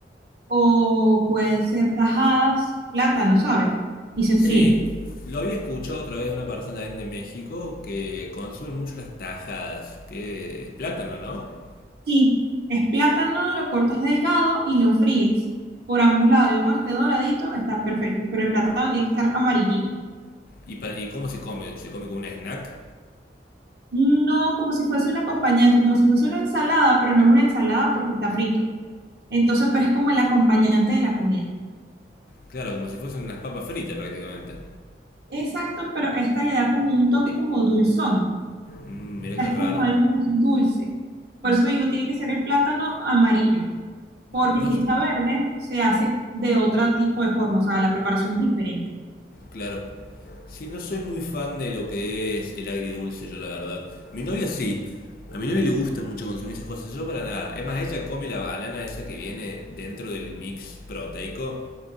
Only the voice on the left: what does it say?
Sí,
lo había escuchado otra vez de una persona también de México que consume mucho las tajadas, que es plátano, ¿no?
¿Y, pa- y cómo se come? ¿Se come como un snack?
Claro, como si fuesen unas papas fritas prácticamente.
Mm, mirá
qué
raro.
No,
s-
claro. Sí, no soy muy fan de lo que es el agridulce, yo la verdad. Mi novia sí. A mi novia le gusta mucho consumir esas cosas, yo para nada. Es más, ella come la banana esa que viene dentro del mix proteico